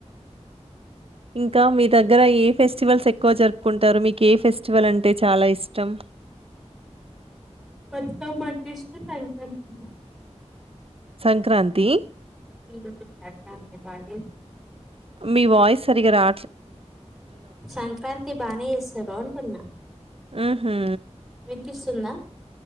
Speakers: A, on the right; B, in the centre.
A: ఇంకా మీ దగ్గర ఏ ఫెస్టివల్స్ ఎక్కువ జరుపుకుంటారు మీకు ఏ ఫెస్టివల్ అంటే చాలా ఇష్టం
B: <inaudible>
A: సంక్రాంతి
B: ఉమ్ సంక్రాంతి బా <inaudible>
A: మీ వాయిస్ సరిగ్గా రా
B: సంక్రాంతి బానే చేస్తరు అంటున్నా
A: హుహు.
B: వినిపిస్తుందా